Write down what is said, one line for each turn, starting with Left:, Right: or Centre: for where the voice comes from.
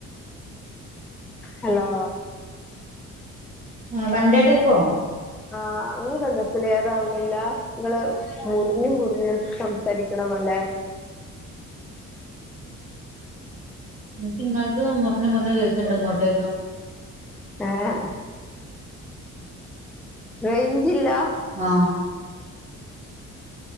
Centre: ഹലോ
Right: വൺഡേ ട്രിപ്പോ
Centre: ആഹ അങ്ങ് കണ്ടക്കലേറാവലില്ല നിങ്ങള് മുറിഞ്ഞും മുറിഞ്ഞും സംസാരിക്കണ പോലെ
Right: എനിക്ക് ഇങ്ങാലത്ത മുറിഞ്ഞ മുറിഞ്ഞഞ് കേക്കണ്ട് ഇങ്ങോട്ടേക്ക്
Centre: ഏ ഹ് റൈഞ്ചില്ല.?
Right: ആഹ്